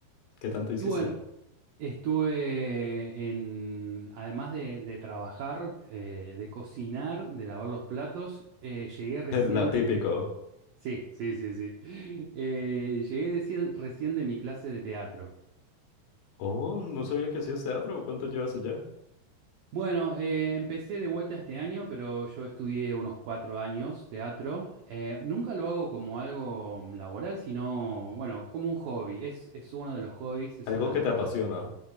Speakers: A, on the left; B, on the right.
A: ¿Qué tanto hiciste?
B: Y bueno, estuve en, además de, de trabajar, eh, de cocinar, de lavar los platos, eh, llegué
A: <laughs>
B: recién
A: Lo típico.
B: de mi... Sí, sí, sí, sí. <laughs> Eh, llegué recién recién de mi clase de teatro.
A: Oh, no sabía que hacías teatro. ¿Cuánto llevas allá?
B: Bueno, eh, empecé de vuelta este año, pero yo estudié unos cuatro años teatro. Eh, nunca lo hago como algo laboral, sino, bueno, como un hobby. Es, es uno de los hobbies, es
A: Algo
B: una de
A: que
B: las
A: te
B: cosas
A: apasiona.
B: que...